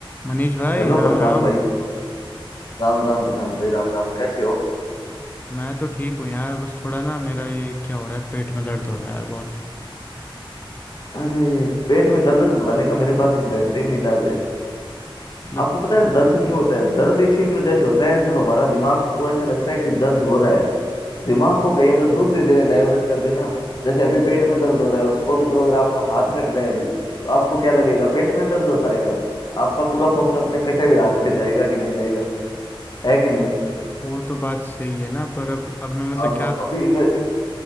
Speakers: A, on the left (about 20°); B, on the left (about 50°).
A: मनीष भाई
B: Hello
A: राम
B: Prashant
A: राम
B: भाई राम राम प्रशांत भाई राम राम कैसे हो
A: मैं तो ठीक हूँ यार बस थोड़ा ना मेरा ये क्या हो रहा है पेट में दर्द हो रहा है यार बहुत
B: अरे पेट में दर्द को भगाने का मेरे पास एक बेहतरीन इलाज है
A: मतलब
B: आपको पता है दर्द क्यों होता है दर्द इसी वजह से होता है जब हमारा दिमाग को ऐसा लगता है कि दर्द हो रहा है दिमाग को कहीं अगर दूसरी जगह डाइवर्ट कर देना जैसे अभी पेट में दर्द हो रहा है और सपोज करो अगर आपका हाथ कट रहा है अभी तो आपको क्या लगेगा पेट में दर्द होता रहेगा आपका पूरा फोकस अपने कटे हुए हाथ पे जाएगा कि नहीं जाएगा है कि नहीं
A: वो तो बात सही है ना पर अब अब मैं मतलब
B: हाँ तो
A: क्या क...
B: अभी मैं